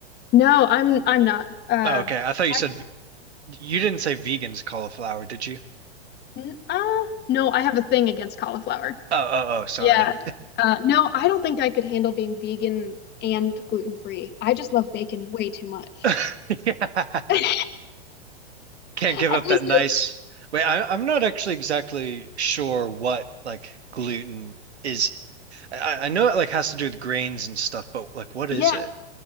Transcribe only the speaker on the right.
Oh, okay. I thought you
said v- you didn't say vegans cauliflower, did you?
Oh, oh, oh, sorry.
<laughs> Yeah.
Can't give
up that nice.
Wait, I, I'm not actually exactly sure what like gluten is. I, I know it like has to do with grains and stuff, but like what
is it?